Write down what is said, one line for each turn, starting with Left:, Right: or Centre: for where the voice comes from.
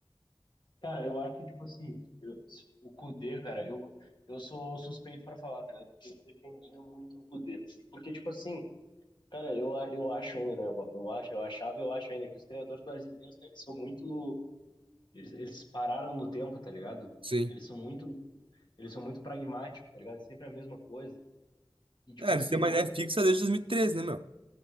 Left: Cara, eu acho que, tipo assim, eu- o Kudê, cara, eu, eu sou suspeito pra falar, tá ligado? Porque eu defendia muito o Kudê. Porque, tipo assim, cara, eu, a- eu acho ainda, né? Eu, eu acho, eu achava, eu acho ainda que os treinadores brasileiros, cara, eles são muito. Eles, eles pararam no tempo, tá ligado?
Right: Sim.
Left: Eles são muito Eles são muito pragmáticos, tá ligado? É Sempre a mesma coisa. E, tipo
Right: É, eles
Left: assim,
Right: têm uma
Left: meu,
Right: ideia fixa desde 2013, né, meu?